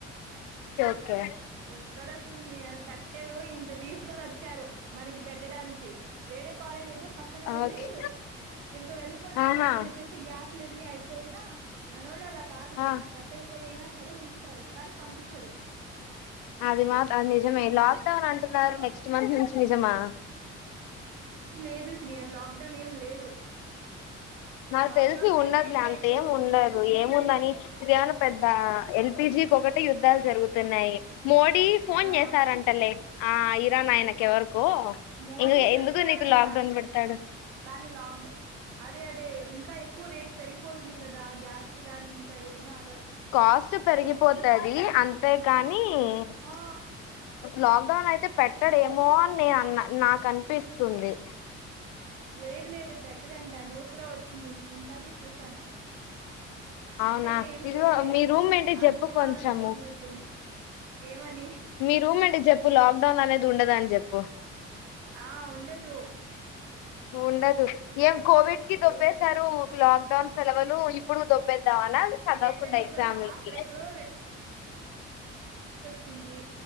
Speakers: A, on the left (about 60°); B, on the right (about 70°).
A: క
B: అక్కడకు నిర కట్టెలు ఇంత తీసుకొని వచ్చారు మనకి పెట్టడానికి వేరే కాలేజ్ అయితే పక్కన వెళ్ళి
A: ఓకే
B: ఇంక వెళ్ళిపోండమా
A: ఆహా
B: అని చెప్పే గ్యాస్లు లేదని అయిపోయి మనోళ్ళలా కాదు
A: ఆ,
B: కదా కట్టల పోయినా సరే ఉంచుతారు కానీ పంపించరు
A: అది మా అది నిజమే లాక్డౌన్ అంటున్నారు
B: ఆ
A: నెక్స్ట్ మంత్ నుంచి నిజమా
B: లేదు సనియర్ లాక్డౌన్ ఏం లేదు
A: నాకు
B: లాక్డౌన్
A: తెలిసి ఉండదులే
B: పెడితే ఇంకా
A: అంతేం
B: ఇబ్బంది అవుతుంది
A: ఉండదు
B: అన్ని
A: ఏముందని
B: రేట్లు
A: ఇదేమన్నా పెద్ద
B: పెరిగిపోయాయి.
A: ఎల్ పి జీ కి ఒకటి టె యుద్ధాలు జరుగుతున్నాయి మోడీ ఫోన్
B: ఆ
A: చేసారంటలే ఆ ఇరాన్ ఆయనకి ఎవరకో
B: మోడీ
A: ఇంక
B: చెప్పారంట
A: ఎందుకు నీకు లాక్ డౌన్ పెడతా డు
B: కానీ లాక్డౌన్ అదే అదే ఇంకా ఎక్కువ రేట్ పెరిగిపోతుంది కదా గ్యాస్ కి గాని ఇంకా ఏదైనా అదర్స్ కి
A: కాస్ట్ పెరిగిపోతది అంతే కానీ నీ
B: ఆ
A: లాక్ డౌన్ అయితే పెట్టడే మోహన్ నేను అన్న నాకు అనిపిస్తుంది
B: లేదు లేదు పెట్టడంట న్యూస్ కూడా వచ్చింది ఇందాకే చూశాను. ఫిక్స్
A: అవునా
B: అయితే ఏం
A: ఇదిగో
B: చెయలేదు
A: మీ రూమ్ ఏంటి
B: ఆ
A: చెప్పు
B: థీమాలో
A: కొంచెము
B: అయితే ఉండద్దని ఏమని
A: మీ రూమ్ ఏంటి చెప్పు లాక్డౌన్ అనేది ఉండదని చెప్పు
B: ఆ ఉండదు.
A: ఉండదు ఏం కోవిడ్ కి దొబ్బేశారు
B: లేదు
A: లాక్డౌన్ సెలవులు ఇప్పుడు దొబ్బేద్దాం అనా చదవకుండా
B: ఎక్కడెక్కడో
A: ఎగ్జామ్లకి
B: అక్కడెక్కడో వింది